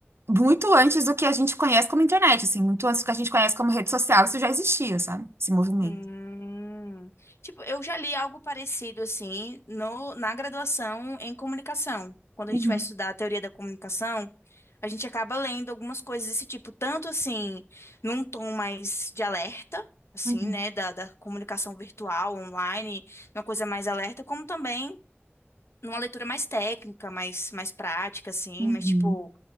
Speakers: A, on the right; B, on the left.
A: muito antes do que a gente conhece como internet, assim, muito antes do que a gente conhece como rede social, isso já existia, sabe? Esse movimento.
B: Hum, tipo, eu já li algo parecido assim no, na graduação em comunicação. Quando
A: Uhum,
B: a gente vai estudar a teoria da comunicação, a gente acaba lendo algumas coisas desse tipo, tanto assim, num tom mais de alerta, assim,
A: uhum,
B: né, da, da comunicação virtual, online, uma coisa mais alerta, como também. numa leitura mais técnica, mais, mais prática, assim,
A: uhum,
B: mas tipo,